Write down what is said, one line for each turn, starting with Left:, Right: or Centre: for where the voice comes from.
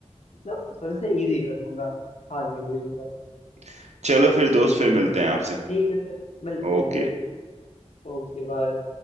Left: मतलब थोड़े से इजी रखूंगा हार नहीं पूछूंगा
Right: <laughs> चलो फिर
Left: चलिए
Right: दोस्त फिर मिलते
Left: फिर
Right: हैं आपसे
Left: ठीक है फिर मिलते
Right: ओके
Left: हैं फिर Okay bye